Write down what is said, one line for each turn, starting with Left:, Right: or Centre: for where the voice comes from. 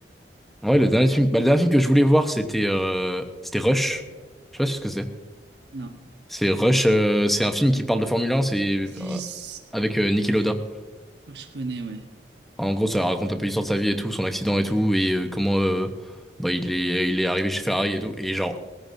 Centre: Ouais, le dernier film, bah, le dernier film que je voulais voir, c'était euh, c'était Rush. Je sais pas si ce que c'est.
Right: Non.
Centre: C'est Rush, euh, c'est un film qui parle de Formule 1, c'est
Right: Si...
Centre: euh,
Right: si,
Centre: avec euh, Niki Lauda.
Right: Je crois que je connais, ouais.
Centre: En gros, ça raconte un peu l'histoire de sa vie et tout, son accident et tout, et euh, comment euh, bah, il est, il est arrivé chez Ferrari et tout. Et genre,